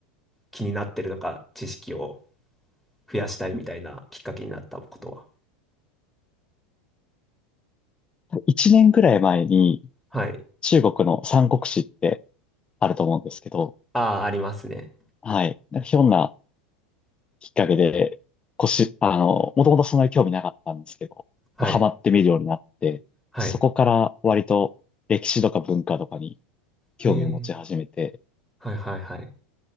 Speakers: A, in the centre; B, on the left (about 20°).
A: 気になってるとか、知識を増やしたいみたいなきっかけになったことは。
B: 1年ぐらい前に
A: はい。
B: 中国の三国志ってあると思うんですけど、
A: ああ、ありますね。
B: はい。なんかひょんなきっかけで、腰、あの、もともとそんなに興味なかったんですけど、こうハマってみるようになって、
A: はい。はい。
B: そこから割と歴史とか文化とかに興味を持ち始めて、
A: へえはいはいはい。